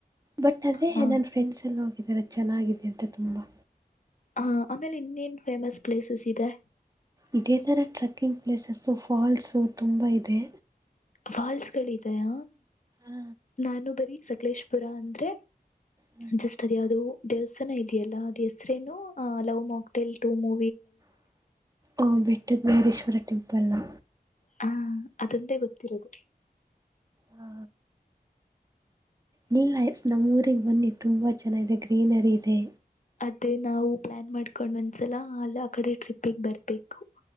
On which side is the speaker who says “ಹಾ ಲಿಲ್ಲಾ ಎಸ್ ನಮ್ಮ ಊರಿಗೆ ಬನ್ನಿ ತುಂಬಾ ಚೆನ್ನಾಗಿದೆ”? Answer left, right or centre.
Right